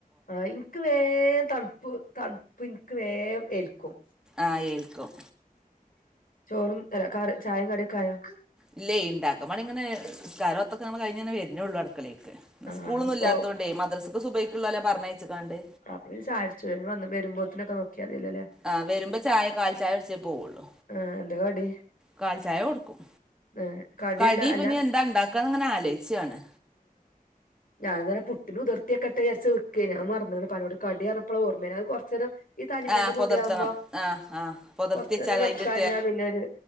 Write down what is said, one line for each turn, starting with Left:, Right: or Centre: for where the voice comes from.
Left: ആഹ് ഇനിക്ക് വേം തണുപ്പ് തണുപ്പ് ഇനിക്ക് വേം ഏൽക്കും
Centre: ആഹ് ഏൽക്കും
Left: ചോറുംല കാറ് ചായും കടിക്കായോ
Centre: ഇല്ല ഉണ്ടാക്കും അടി ഇങ്ങനെ നിസ്കാര ഓത്തൊക്കെ നമ്മ കഴിഞ്ഞന്നെ വരുന്നുേള്ളൂടക്കളേക്ക് സ്കൂളൊന്നും
Left: ആഹ് ഇപ്പൊ
Centre: ഇല്ലതോണ്ടേ മദ്രസ്ക്ക് സുബഹിക്കുള്ളല്ലേ പറഞ്ഞയച്ചക്കാണ്ട്
Left: അപ്പ ചായ കുടിച്ചു വരുമ്പോത്തനൊക്കെ നോക്കിയതില്ല ല്ലേ
Centre: ആഹ് വരുമ്പോ ചായ കാൽ ചായ വച്ചേ പോവുള്ളു
Left: ആഹ് എന്ത കടി
Centre: കാൽ ചായ കൊടുക്കും
Left: ഏഹ് കടിയല്ല
Centre: കടി
Left: അല്ല
Centre: പിഞ് എന്താ ഉണ്ടാക്കാന്ന് അങ്ങനെ ആലോയ്ച്ചാണ്
Left: ഞാൻ തന്നെ പുട്ടിന് ഉതിർത്തിക്കെട്ടെ വിചാരിച്ച നിക്കെനി ഞാ മറന്നണ്പ്പ ന്നോട് കടി പറഞ്ഞപ്പോ ഓർമ്മേന കുറചേരം ഈ തനിമന്റെ
Centre: ആഹ്
Left: പൊടി
Centre: പൊതിർത്തണം
Left: ആവുമ്പോ
Centre: ആഹ് ആഹ് പൊതിർത്തി
Left: കൊറച്ച
Centre: വെച്ചാലേ
Left: നേരം വെക്കാഞ്ഞാ
Centre: അതിന്റെ
Left: പിന്നെരു